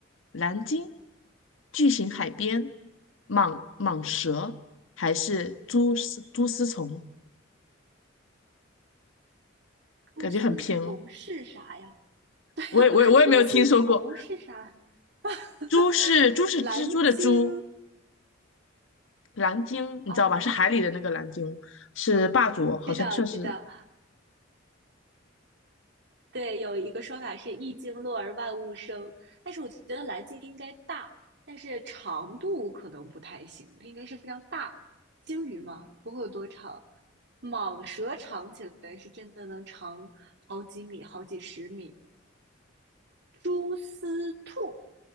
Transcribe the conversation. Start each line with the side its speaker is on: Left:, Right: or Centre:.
Left: 蓝鲸、巨型海边、蟒蟒蛇还是蛛丝蛛丝虫？
Right: 蛛丝虫是啥呀？
Left: 感觉很偏哦，
Right: <laughs>
Left: 我也我也我也没有听说过。
Right: 蛛丝虫是啥？<laughs>
Left: 猪是猪是蜘蛛的蛛，
Right: 蓝鲸
Left: 蓝鲸你知道吧？
Right: 啊，
Left: 是海里的那个蓝鲸，是霸主，好像算是
Right: 知道知道。对，有一个说法是“一鲸落而万物生”，但是我觉得蓝鲸应该大，但是长度可能不太行，它应该是非常大。鲸鱼嘛，不会有多长。蟒蛇长起来是真的能长好几米、好几十米。蛛丝兔，